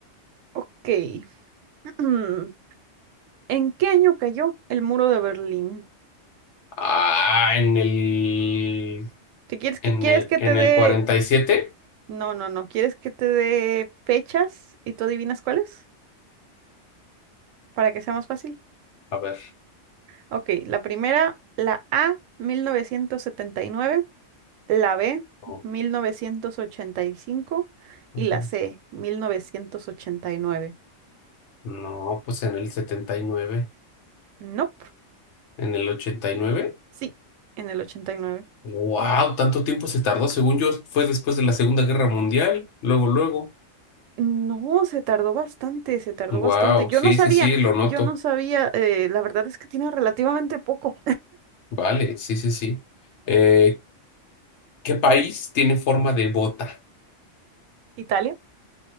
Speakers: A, on the right (about 85°); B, on the left (about 70°).
A: Ok. <clears throat> ¿En qué año cayó el muro de Berlín?
B: Ah, en el,
A: ¿Te quieres que,
B: en
A: quieres
B: el,
A: que
B: en
A: te dé,
B: el 47.
A: No, no, no. ¿Quieres que te dé fechas y tú adivinas cuáles? Para que sea más fácil.
B: A ver.
A: Ok, la primera, la A, 1979, la B,
B: No,
A: mil novecientos ochenta y cinco
B: ajá.
A: y la C, 1989.
B: No, pues en el setenta y nueve,
A: Nope.
B: En el 89.
A: Sí, en el 89.
B: Wow, tanto tiempo se tardó. Según yo, fue después de la Segunda Guerra Mundial. Luego, luego.
A: No, se tardó bastante, se tardó
B: Wow,
A: bastante. Yo
B: sí,
A: no sabía,
B: sí, sí, lo noto.
A: yo no sabía, eh, la verdad es que tiene relativamente poco.
B: Vale, sí, sí, sí. Eh, ¿qué país tiene forma de bota?
A: <laughs> Italia.